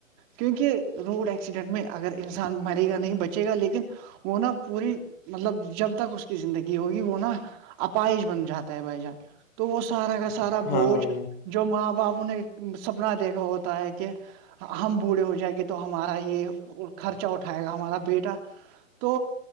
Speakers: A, on the right; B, on the left.
A: کیونکہ روڈ ایکسیڈنٹ میں اگر انسان مرے گا نہیں بچے گا لیکن وہ نا پوری مطلب جب تک اس کی زندگی ہوگی وہ نا اپائش بن جاتا ہے بھائی جان تو وہ سارا کا سارا
B: ہاں
A: بوجھ
B: بھائی جان
A: جو ماں باپوں نے سپنا دیکھا ہوتا ہے کہ ہم بوڑھے ہو جائےیں گے تو ہمارا یہ خرچہ اٹھائے گا ہمارا بیٹا تو